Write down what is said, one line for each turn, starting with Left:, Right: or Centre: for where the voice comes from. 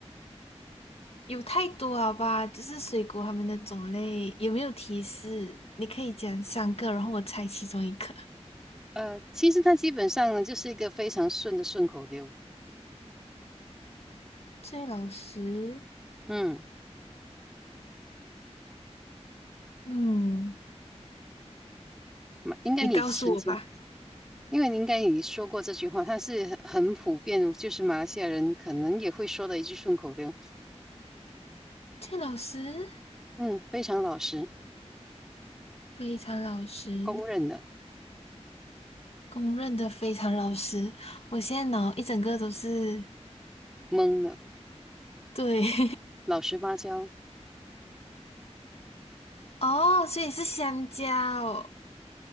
Left: 有太多了吧？就是水果它们的种类，有没有提示？你可以讲三个，然后我猜其中一个。
Centre: 呃，其实它基本上呢就是一个非常顺的顺口溜，
Left: 最老实，
Centre: 嗯，
Left: 嗯，
Centre: 马应该你曾经。
Left: 你告诉我吧。
Centre: 因为你应该你说过这句话，它是很普遍，就是马来西亚人可能也会说的一句顺口溜。
Left: 这老师
Centre: 嗯，非常老实，
Left: 非常老实，
Centre: 公认的，
Left: 公认的非常老实。我现在脑一整个都是
Centre: 懵的，
Left: 对 <laughs>
Centre: 老实巴交，
Left: 哦，所以是香蕉哦。